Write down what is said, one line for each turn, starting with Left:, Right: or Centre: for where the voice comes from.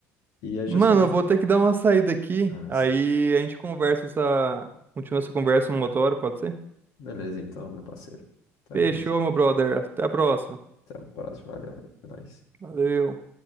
Left: E é justamente...
Right: Mano, eu vou ter que dar uma saída aqui.
Left: Ah,
Right: Aí
Left: sim.
Right: a gente conversa essa. Continua essa conversa numa outra hora, pode ser?
Left: Beleza, então, meu parceiro. Então
Right: Fechou,
Left: é isso.
Right: meu brother. Até a próxima.
Left: Até a próxima. Valeu, é nóis.
Right: Valeu.